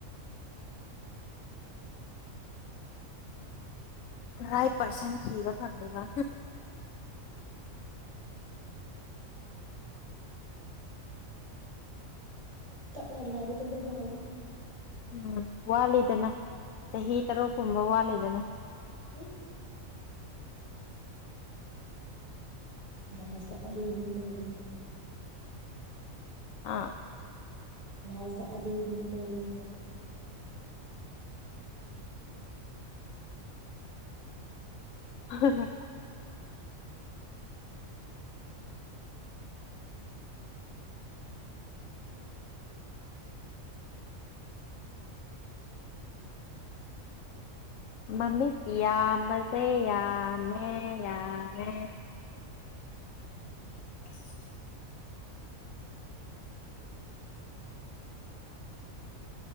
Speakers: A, on the left; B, on the left.
A: ꯔꯥꯏꯠ ꯄꯔꯁꯟ ꯊꯤꯕ ꯐꯪꯗꯦꯕ
B: ꯇꯞꯅ ꯂꯥꯛꯒꯗꯕ ꯃꯥꯜꯂꯦ
A: ꯎꯝ ꯋꯥꯠꯂꯤꯗꯅ ꯆꯍꯤ ꯇꯔꯨꯛꯀꯨꯝꯕ ꯋꯥꯠꯂꯤꯗꯅ
B: ꯍꯝ ꯂꯥꯁꯇ ꯑꯔꯤꯕꯤ ꯑꯣꯜꯂꯅꯤ
A: ꯑꯥ
B: ꯂꯥꯁꯇ ꯑꯔꯤꯕꯤ ꯑꯣꯜꯂꯅꯦꯕ
A: <unintelligible> ꯃꯃꯤꯠ ꯌꯥꯝꯕꯖꯦ ꯌꯥꯝꯃꯦ ꯌꯥꯝꯃꯦ <inaudible>